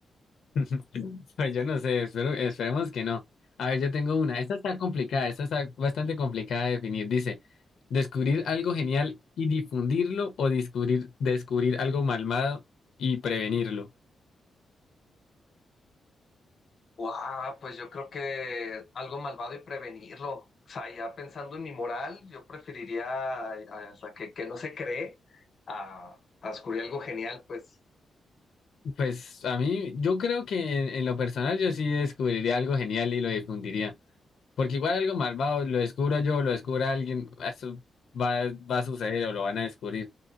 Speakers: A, on the left; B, on the left.
A: <laughs> Pues yo no sé, espero, esperemos que no. A ver, yo tengo una. Esta está complicada, esta está bastante complicada de definir. Dice, descubrir algo genial y difundirlo o descubrir, descubrir algo malvado y prevenirlo.
B: Guau, pues yo creo que algo malvado y prevenirlo. O sea, ya pensando en mi moral, yo preferiría a, a- o sea, que, que no se cree a, a descubrir algo genial, pues.
A: Pues a mí, yo creo que en, en lo personal yo sí descubriría algo genial y lo difundiría. Porque igual algo malvado, lo descubro yo, lo descubra alguien, eso va, va a suceder o lo van a descubrir.